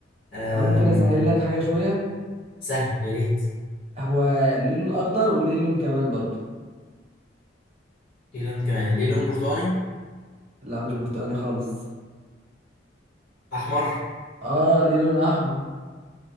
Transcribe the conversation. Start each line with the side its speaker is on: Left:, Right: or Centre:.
Left: آم،
Right: انا ممكن اسهل لك حاجة شوية
Left: سهل يا ريت
Right: هو ليه لون اخضر وليه لون كمان برضو
Left: ليه لون كمان ليه لون برتقاني
Right: لا مش برتقالي خالص
Left: احمر
Right: اه ليه لون احمر